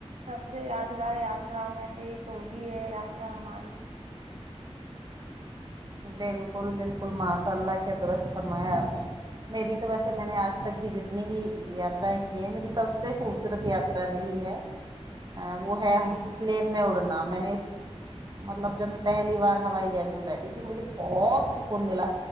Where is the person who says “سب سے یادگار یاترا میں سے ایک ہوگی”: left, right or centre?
Right